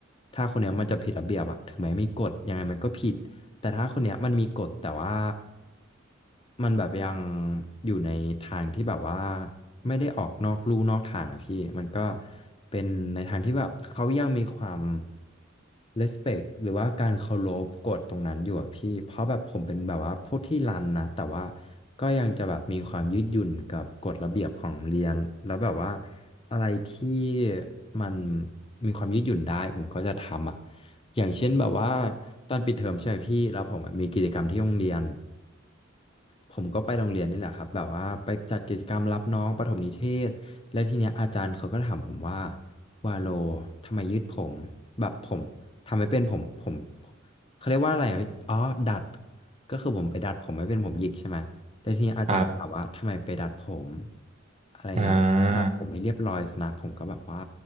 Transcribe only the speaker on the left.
ถ้าคนเนี้ยมันจะผิดระเบียบอะถึงแม้มีกฎยังไงมันก็ผิด แต่ถ้าคนเนี้ยมันมีกฎแต่ว่ามันแบบยังอยู่ในทางที่แบบว่าไม่ได้ออกนอกลู่นอกทางอะพี่มันก็เป็นในทางที่แบบเขายังมีความ respect หรือว่าการเคารพกฎตรงนั้นอยู่อะพี่เพราะแบบผมเป็นแบบว่าพวกที่รันนะแต่ว่าก็ยังจะแบบมีความยืดหยุ่นกับกฎระเบียบของโรงเรียนแล้วแบบว่าอะไรที่มันมีความยืดหยุ่นได้ผมก็จะทำอ่ะ อย่างเช่นแบบว่าตอนปิดเทอมใช่ไหมพี่แล้วผมอะมีกิจกรรมที่โรงเรียนผมก็ไปโรงเรียนนี่แหละครับแบบว่าไปจัดกิจกรรมรับน้องประถมนิเทศและทีเนี้ยอาจารย์เขาก็ถามผมว่าวาโลทำไมยืดผมแบบผมทำไม่เป็นผมผมผมเขาเรียกว่าอะไรอ่ะพี่อ๋อดัดก็คือผมไปดัดผมไม่เป็นผมหยิกใช่ไหมแต่ทีเนี้ยอาจารย์ก็ถามว่าทำไมไปดัดผม
อะไรเงี้ยดัดผมให้เรียบร้อยสนะผมก็แบบว่า